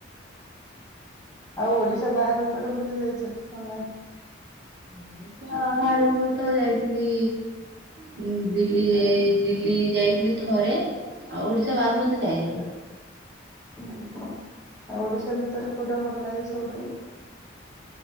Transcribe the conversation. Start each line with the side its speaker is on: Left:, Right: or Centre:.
Left: ଆଉ ଓଡିଶା ବାହାରକୁ କୁଆଡେ ବୁଲି ଯାଇଚ ନା ନାଇଁ?
Right: ଓଡିଶା ବାହାରକୁ ତ ଯାଇଥିଲି। ହୁଁ ଦିଲ୍ଲୀ ଯାଇ ଦିଲ୍ଲୀ ଯାଇଥିଲି ଥରେ ଆଉ ଓଡିଶା ବାହାରକୁ ମୁଁ ଏତେ ଯାଇନି।
Left: ଉହୁଁ। ଆଉ ଓଡିଶା ଭିତରେ କୋଉଟା ଭଲ ଲାଗେ ସବୁଠୁ?